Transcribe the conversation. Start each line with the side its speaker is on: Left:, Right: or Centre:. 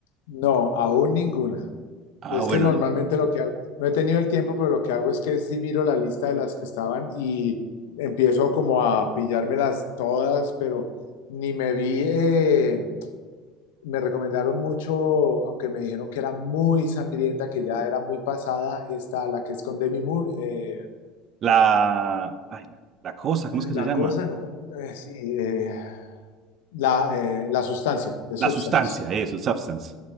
Left: No, aún ninguna.
Right: Ah,
Left: Es
Right: bueno,
Left: que normalmente
Right: el-
Left: lo que hago, no he tenido el tiempo, pero lo que hago es que sí miro la lista de las que estaban y empiezo como a pillármelas todas, pero ni me vi, eh, me recomendaron mucho, aunque me dijeron que era muy sangrienta, que ya era muy pasada, esta, la que es con Demi Moore, eh,
Right: la, ay, la, la cosa,
Left: Eh,
Right: ¿cómo es que
Left: La
Right: se llama?
Left: cosa, no, eh, sí, eh, la, eh, la sustancia, The Substance.
Right: La sustancia, eso, substance.